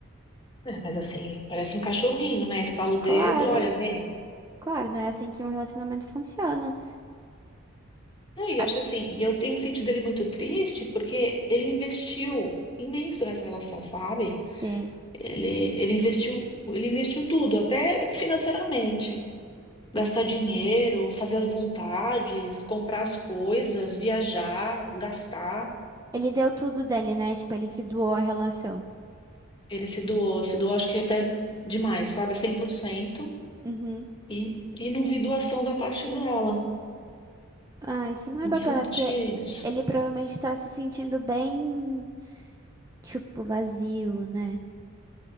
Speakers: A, on the left; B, on the right.
A: É, mas assim, parece um cachorrinho, né? Estala o dedo,
B: Claro,
A: olha, vem.
B: claro, não é assim que um relacionamento funciona.
A: Não, e
B: Ah,
A: eu acho assim, e eu tenho sentido ele muito triste porque ele investiu imenso nessa relação, sabe?
B: sim,
A: Ele, ele investiu, ele investiu tudo, até financeiramente.
B: sim.
A: Gastar dinheiro, fazer as vontades, comprar as coisas, viajar, gastar.
B: Ele deu tudo dele, né? Tipo, ele se doou à relação.
A: Ele se doou, se doou acho que até demais, sabe? É cem por cento
B: Uhum.
A: E, e não vi doação da parte dela.
B: Ah, isso não é
A: Não
B: bacana,
A: senti
B: porque
A: isso.
B: ele provavelmente tá se sentindo bem, tipo, vazio, né?